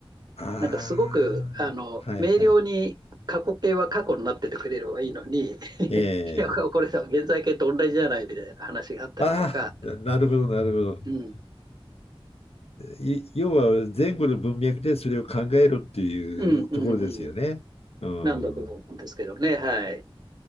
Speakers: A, on the left (about 80°); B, on the right (about 45°).
A: ああ、
B: なんかすごく、あの、
A: はいはい。
B: 明瞭に過去形は過去になっててくれればいいのに、
A: ええ。
B: <laughs> いや、これさ、現在形と同じじゃないみたいな話があったりとか、
A: ああ、ななるほど、なるほど。
B: うん、
A: い要は前後の文脈でそれを考えろっていうところですよね。
B: うん、うん、うん。
A: うん。
B: なんだと思うんですけどね。はい。